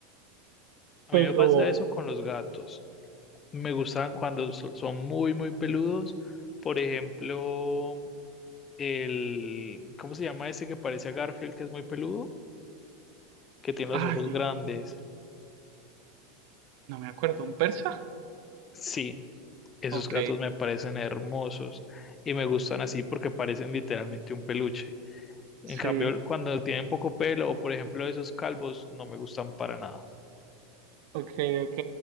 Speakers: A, on the left; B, on the right.
A: A
B: pero,
A: mí me pasa eso con los gatos. Me gustan cuando so- son muy, muy peludos. Por ejemplo, el, ¿cómo se llama ese que parece a Garfield, que es muy peludo? Que tiene los
B: ay,
A: ojos grandes.
B: no me acuerdo, ¿un persa?
A: Sí, esos
B: Ok,
A: gatos me parecen hermosos y me gustan así porque parecen literalmente un peluche. En
B: sí,
A: cambio, cuando tienen poco pelo o por ejemplo esos calvos, no me gustan para nada.
B: ok, ok.